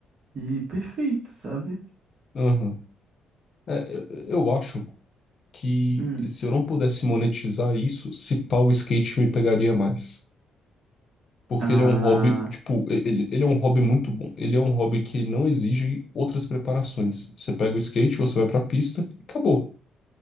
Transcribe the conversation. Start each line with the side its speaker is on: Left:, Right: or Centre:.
Right: E perfeito, sabe?
Left: Uhum. É, é, eu acho. que
Right: Hum.
Left: se eu não pudesse monetizar isso, se pá, o skate me pegaria mais. Porque
Right: Ah.
Left: ele é um hobby, tipo, ele, ele é um hobby muito bom. Ele é um hobby que não exige outras preparações. Você pega o skate, você vai pra pista e acabou,